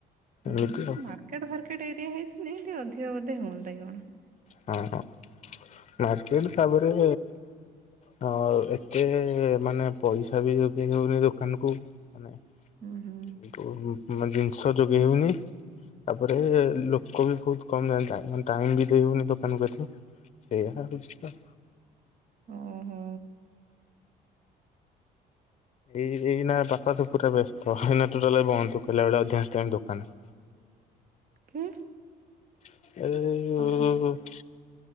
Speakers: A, on the right; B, on the left.
A: ହୁଁ
B: ଏମିତି ଆଉ।
A: ମାର୍କେଟ ଫାର୍କେଟ ଏରିଆ ହେଇଥିଲେ ଟିକେ ଅଧିକ ବୋଧେ ହୁଅନ୍ତା କି କଣ।
B: ହଁ-ହଁ ମାର୍କେଟ୍ ତାପରେ ହଁ ଏତେ ମାନେ ପଇସା ବି ଯୋଗେ଼ଇ ହଉନି ଦୋକାନକୁ ମାନେ
A: ହୁଁ-ହୁଁ।
B: <unintelligible> ଜିନିଷ ଯୋଗେଇ ହଉନି ତାପରେ ଲୋକ ବି ବହୁତ୍ କମ୍ ଯାଆନ୍ତି ଟାଇମ୍ ବି ଦେଇହଉନି ଦୋକାନ ପ୍ରତି ସେଇଆା ହଉଚି ତ
A: ହୁଁ-ହୁଁ।
B: ଏଇ ଏଇନା ବାପା ତ ପୁରା ବ୍ୟସ୍ତ ଏଇନା ଟୋଟାଲ୍ ବନ୍ଦ ଅଧିକାଂଶ ଟାଇମ୍ ଦୋକାନ
A: <unintelligible>
B: <unintelligible>
A: ଅଲ-